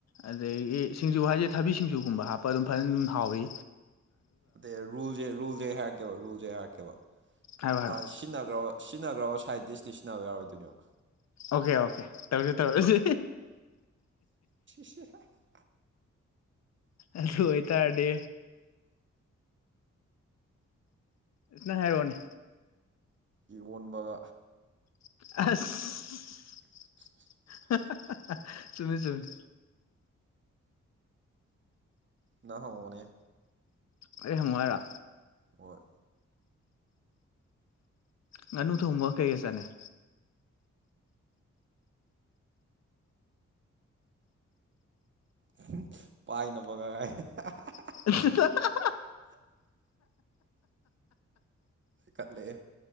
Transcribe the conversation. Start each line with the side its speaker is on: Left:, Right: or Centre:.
Left: ꯑꯗꯒꯤ ꯁꯤꯡꯖꯨ ꯍꯥꯏꯖꯦ ꯊꯕꯤ ꯁꯤꯡꯖꯨꯒꯨꯝꯕ ꯍꯥꯞꯄ ꯑꯗꯨꯝ ꯐꯖ ꯑꯗꯨꯝ ꯍꯥꯎꯏ
Right: ꯑꯗꯩ ꯔꯨꯜꯖꯦ ꯔꯨꯜꯖꯦ ꯑꯩ ꯍꯥꯏꯔꯛ ꯀꯦꯕ ꯔꯨꯜꯖꯦ ꯑꯩ ꯍꯥꯏꯔꯛꯀꯦꯕ
Left: ꯍꯥꯏꯔꯣ ꯍꯥꯏꯔꯣ
Right: ꯑꯥ ꯁꯤꯖꯤꯟꯅꯒꯔꯕ ꯁꯤꯖꯤꯟꯅꯒꯔꯕ ꯁꯥꯏꯠ ꯗꯤꯁꯇꯤ ꯁꯤꯖꯤꯟꯅꯕ ꯌꯥꯔꯣꯏꯗꯣꯏꯅꯦꯕ꯫
Left: Okay okay ꯇꯧꯖꯤ ꯇꯧꯔꯖꯤ꯫
Right: <unintelligible>
Left: ꯑꯗꯨ ꯑꯣꯏꯇꯥꯔꯗꯤ ꯅꯪ ꯍꯥꯏꯔꯛꯑꯣꯅꯦ
Right: ꯏꯔꯣꯟꯕ
Left: ꯑꯁ
Right: <unintelligible>
Left: <unintelligible> ꯆꯨꯨꯝꯃꯤ ꯆꯨꯝꯃꯤ꯫
Right: ꯅꯪ ꯍꯪꯉꯨꯅꯦ
Left: ꯑꯩ ꯍꯪꯉꯣ ꯍꯥꯏꯔꯣ
Right: ꯍꯣꯏ
Left: ꯉꯥꯅꯨ ꯊꯣꯡꯕꯒ ꯀꯩꯒ ꯆꯥꯅꯩ
Right: ꯍꯝ ꯄꯥꯏꯅꯕꯒ ꯍꯥꯏ <unintelligible>
Left: <unintelligible>
Right: ꯀꯠꯂꯦꯍꯦ